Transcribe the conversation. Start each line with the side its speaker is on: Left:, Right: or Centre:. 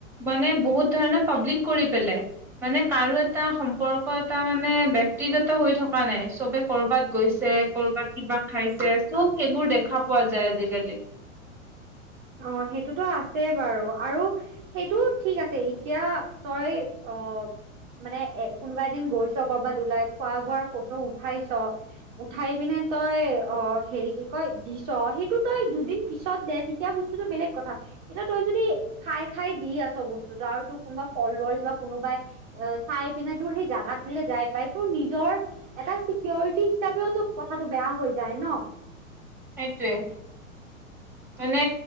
Centre: মানে বহুত ধৰণৰ পাব্লিক কৰি পেলাই মানে কাৰো এটা সম্পৰ্ক এটা মানে ব্যাক্তিগত হৈ থকা নাই চবে কৰ'বাত গৈছে কৰ'বাত কিবা খাইছে চব সেইবোৰ দেখা পোৱা যায় আজিকালি।
Right: অ', সেইটোতো আছে বাৰু আৰু সেইটো ঠিক আছে এতিয়া তই অ মানে এ কোনোবা এদিন গৈছ কৰ'বাত ওলাই খোৱা বোৱাৰ ফটো উঠাইছ' উঠাই পিনে তই অ', হেৰি কি কয় দিছ, সেইটো তই দুদিন পিছত দে এতিয়া বস্তুটো বেলেগ কথা এতিয়া তই যদি খাই খাই দি আছ' বস্তুটো আৰু তোৰ কোনোবা ফলছ বা কোনোবাই এ চাই পিনে তোৰ সেই জাগাটোলে যাই পাই তোৰ নিজৰ এটা ছিকিউৰিটি হিচাপেওতো কথাটো বেয়া হৈ যায় ন'।
Centre: সেইটোৱ, মানে